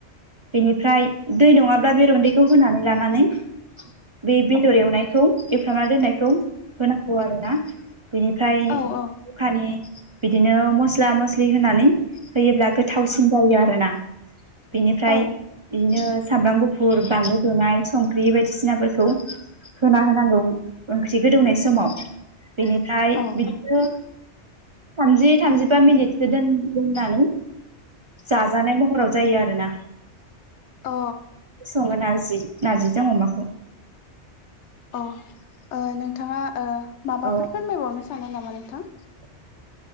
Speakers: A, on the right; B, on the left.
A: बेनिफ्राय दै नङाब्ला बे रन्दै खौ होनानै लानानै बे बेदर एवनायखौ एवफ्रामना दोननायखौ होनांगौ आरो ना। बेनिफ्राय
B: औ
A: जखानि
B: औ
A: बिदिनो मस्ला मस्लि होनानै होयोब्ला गोथावसिन जायो आरोना। बिनिफ्राय
B: औ
A: बिदिनो सामब्राम गुफुर बानलु दुनाय संख्रि बायदिसिनाफोरखौ होना होनांगौ ओंख्रि गोदौनाय समाव बेनिफ्राय
B: औ अ
A: बिदिनो थामजि थामजिबा मिनिटसो दोन दोननानै जाजानाय महराव जायो आरो ना।
B: अ
A: सङो नारजि नारजिजों अमाखौ।
B: अ ओ नोंथाङा ओ माबाफोर
A: औ
B: फोरमायबावनो सानो नामा नोंथां?
A: <unintelligible>